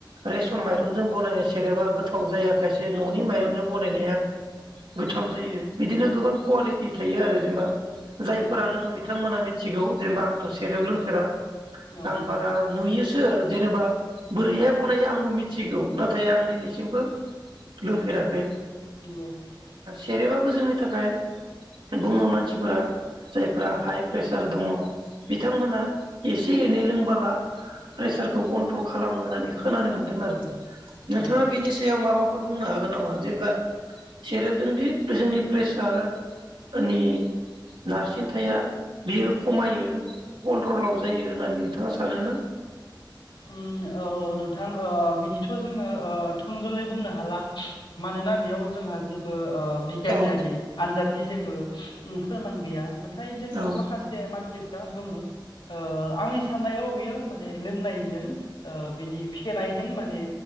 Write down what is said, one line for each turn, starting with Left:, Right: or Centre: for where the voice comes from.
Right: रेसन माइरंजों बनायनाय सेरेबा गोथाव जाया खायसे न'नि माइरंजों बनायनाया गोथाव जायो बिदिनो गोबां कुवालिटि थायो आरो जेनबा जायफोरा
Left: औ
Right: लोङो बिथांमोना <unintelligible> जेनबा आंथ' सेरेब लोंफेरा
Left: नंगौ
Right: आं बारा नुयो <unintelligible> जेनेबा बोरैहाय बनायो आंबो मिथिगौ नाथाय आं दिनैसिमबो लोंफेराखै
Left: <unintelligible>
Right: <unintelligible> जोंनि थाखाय बुङो मानसिफोरा जायफ्रा हाइ प्रेसार दङ बिथांमोनहा एसे एनै लोंबोला प्रेसारखौ कन्ट्रल खालामो होननानै खोनानो मोन्दों आरो नोंथाङा
Left: औ
Right: बिनि सायाव माबा बेफोर बुंनो हागोन नामा जेबा सेरे पजोंदि जोंनि प्रेसारनि नारसिन था बियो खमायो कन्ट्रलाव जायो होननानै नोंथाङा सानोना
Left: उम औ ओ नोंथां बिदिथ' ओ जोङो थोंजोङै बुंनो हाला मानोना बेयाव जोंहा जेबो ओ बिगियानारि
Right: औ
Left: आनजादनि जेबो बो ओ फोरमान गौया नाथाय जों
Right: औ
Left: माखासे मानसिफोरा बुङो ओ आंनि साननायाव बियो माने लोंनाय जों ओ बिनि फेनायजों माने